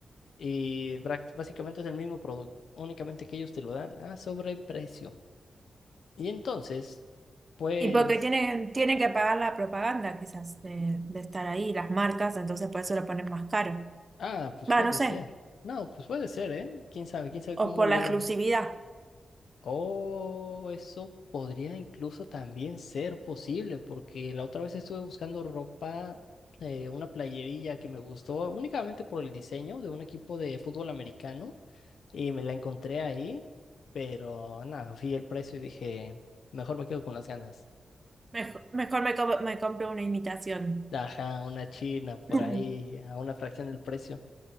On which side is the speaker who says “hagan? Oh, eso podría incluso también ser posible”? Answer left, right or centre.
Left